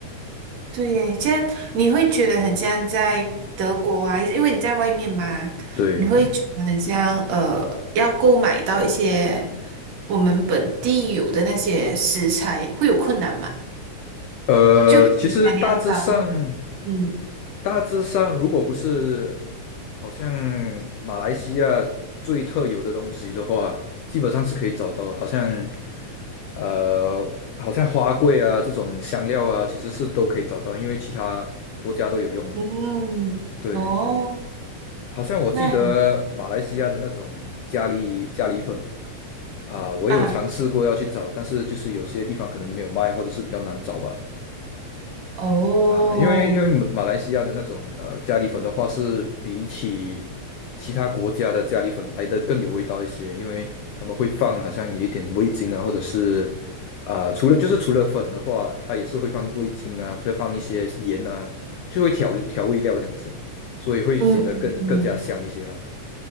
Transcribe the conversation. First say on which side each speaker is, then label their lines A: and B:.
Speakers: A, on the right (about 70°); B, on the left (about 85°).
A: 对耶，这样你会觉得很像在德国啊，因为你在外面嘛，
B: 对对，
A: 你会觉得很像呃，要购买到一些我们本地有的那些食材会有困难嘛？
B: 呃，
A: 就比如讲你要找那种，
B: 其实大致上
A: 嗯
B: 大致上，如果不是好像马来西亚最特有的东西的话，基本上是可以找到的，好像呃好像花桂啊这种香料啊，其实是都可以找到，因为其他国家都有用嘛。
A: 嗯，
B: 对对。
A: 哦，
B: 好像我记得马来西亚的那种咖喱咖喱粉
A: 那
B: 啊，我有尝试过要去找，
A: 啊，
B: 但是就是有些地方可能没有卖，或者是比较难找吧。
A: 哦，
B: 啊，因为因为马马来西亚的那种呃咖喱粉的话，是比起其他国家的咖喱粉来的更有味道一些，因为他们会放好像有一点味精啊，或者是啊、除了就是除了粉的话，它也是会放味精啊，会放一些盐啊，就会调调味料这样子，所以会显得更更加香一些啦。
A: 嗯嗯